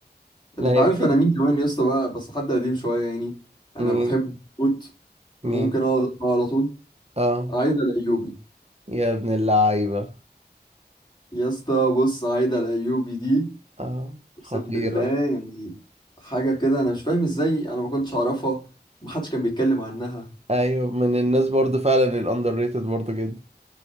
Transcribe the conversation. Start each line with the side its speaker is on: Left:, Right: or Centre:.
Right: لا
Left: انت
Right: هي
Left: عارف
Right: بت-
Left: انا مين كمان يا اسطى بقى بس حد قديم شوية يعني انا
Right: مين
Left: بحب موت وممكن
Right: مين
Left: اقعد اسمعه على طول
Right: اه
Left: عايدة الايوبي
Right: يا ابن اللعيبة
Left: يا اسطى بص عايدة الايوبي دي
Right: اه
Left: اقسم
Right: خطيرة
Left: بالله يعني حاجة كده انا مش فاهم ازاي انا ما كنتش اعرفها محدش كان بيتكلم عنها
Right: ايوه من الناس برضو فعلا الاندر ريتد برضو جدا